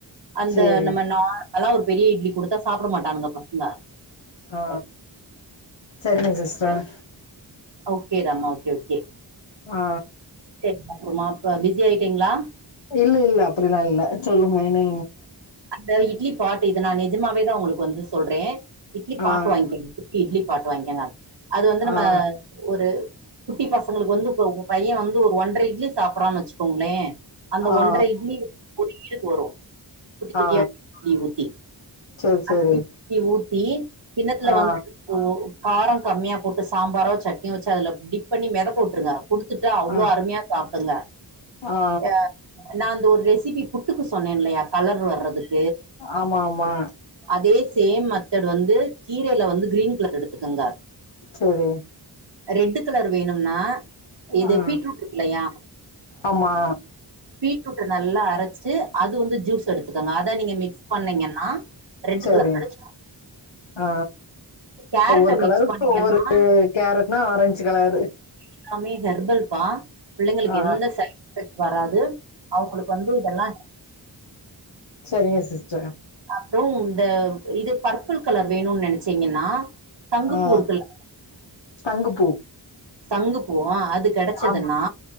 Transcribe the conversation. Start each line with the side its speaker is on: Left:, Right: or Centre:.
Right: அந்த
Left: சேரி
Right: நம்ம நார்மல்ல ஒரு பெரிய இட்லி குடுத்தா சாப்பிட மாட்டானுங்க பசங்க
Left: ஆ செரிங்க ‌சிஸ்டர்
Right: ஓகேடாம்மா ஓகே ஓகே
Left: ஆ
Right: சரிமா அப்புறமாப் பிஸி ஆயிட்டீங்களா
Left: இல்ல இல்ல அப்டிலா இல்ல சொல்லுங்க என்ன
Right: அந்த இட்லி பாட் இது நான் நிஜமாவே தா உங்களுக்கு வந்து சொல்றே இட்லி பாட்
Left: ஆ
Right: வாங்கிக்கங்க இட்லி பாட் வாங்கிக்கங்க அது வந்து நம்ம
Left: ஆ
Right: ஒரு குட்டி பசங்களுக்கு வந்து உங்க பையன் வந்து ஒரு ஒன்றரை இட்லி சாப்பறான்னு வச்சுக்கோங்களேன் அந்த
Left: ஆ
Right: ஒன்ற இட்லி ஒரு ஈடுக்கு வரு குட்டி குட்டியா
Left: ஆ
Right: <inaudible> ஊத்தி
Left: சேரி சேரி
Right: அ இட்லி ஊத்தி கிண்ணத்துல
Left: ஆ
Right: வந்து ஒ ‌காரம் கம்மியா போட்டு சாம்பாரோ சட்னியோ வச்சு அதுல டிப் பண்ணி மிதக்க விட்டுருங்க குடுத்துட்டா அவ்ளோ
Left: ஆ
Right: அருமையா சாப்புடுங்க
Left: ஆ
Right: அ நா அந்த ஒரு ரெசிபி புட்டுக்கு சொன்னேன் இல்லையா கலர் வர்றதுக்கு
Left: ஆமா ஆமா
Right: அதே சேம் மெத்தட் வந்து கீரையில வந்து கிரீன் கலர் எடுத்துக்குங்க
Left: செரி
Right: ரெட்டு் கலர் வேணும்னா இது
Left: ம்
Right: பீட்ரூட் இருக்கு இல்லையா
Left: ஆமா
Right: பீட்ரூட்ட நல்லா அரைச்சுட்டு அது வந்து ஜூஸ் எடுத்துக்குங்க அத நீங்க மிக்ஸ் பண்ணீங்கன்னா ரெட்டு
Left: சேரி
Right: கலர் கிடைச்சுடு
Left: ஆ
Right: கேரட்ட
Left: ஒவ்வொரு கலருக்கு
Right: மிக்ஸ் பண்ணீங்கன்னா
Left: ஒவ்வொரு கேரட்னா ஆரஞ்சு கலரு
Right: எல்லாமே ஹெர்பல்பா பிள்ளைங்களுக்கு
Left: ஆ
Right: எந்த சைட் எஃபெக்ட் வராது அவுங்களுக்கு வந்து இதெல்லா
Left: சரிங்க சிஸ்டர்
Right: அதும் இந்த இது பர்பிள் கலர் வேணுனு நெனச்சீங்கன்னா சங்குப்பூ
Left: அ
Right: இருக்குல்ல
Left: சங்குப்பூ
Right: சங்கு பூ‌‌ அ அது கெடச்சதுன்னா
Left: ஆமா